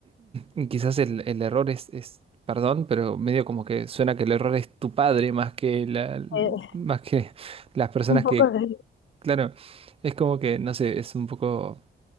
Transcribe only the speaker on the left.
Eh,
<laughs>
un poco
de...